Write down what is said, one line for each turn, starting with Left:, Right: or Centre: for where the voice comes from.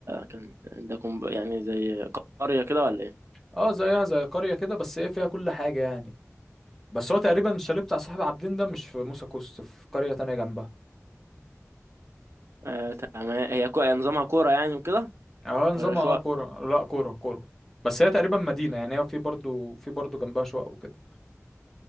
Right: كان ده كوم يعني زي قريه كده ولا ايه
Centre: اه زيها زي قرية كده بس ايه فيها كل حاجة يعني بس هو تقريبا الشاليه بتاع صاحب عابدين ده مش في موسى كوست في قرية تانية جنبها
Right: آه تمام هي كو... نظامها كوره يعني وكده
Centre: اه نظامها
Right: ولا شقق
Centre: اه كورة لا كورة كورة بس هي تقريبا مدينة
Right: مم.
Centre: يعني هي في برضو في برضو جنبها شقق وكده